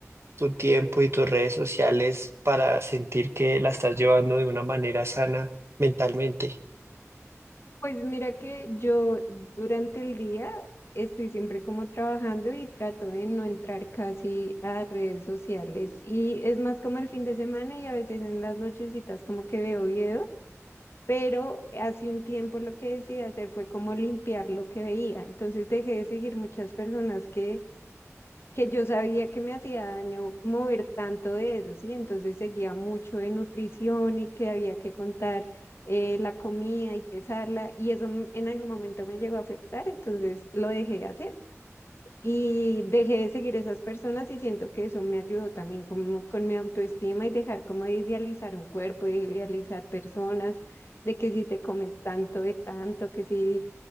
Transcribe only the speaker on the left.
Pues mira que yo durante el día estoy siempre como trabajando y trato de no entrar casi a redes sociales. Y es más como el fin de semana y a veces en las nochecitas como que veo video, pero hace un tiempo lo que decidí hacer fue como limpiar lo que veía. Entonces dejé de seguir muchas personas que que yo sabía que me hacía daño mover tanto de eso, ¿sí? Entonces seguía mucho de nutrición y que había que contar eh, la comida y pesarla y eso m- en algún momento me llegó a afectar, entonces lo dejé de hacer y dejé de seguir esas personas y siento que eso me ayudó también como con mi autoestima y dejar como de idealizar un cuerpo, de idealizar personas. de que si te comes tanto de tanto, que si...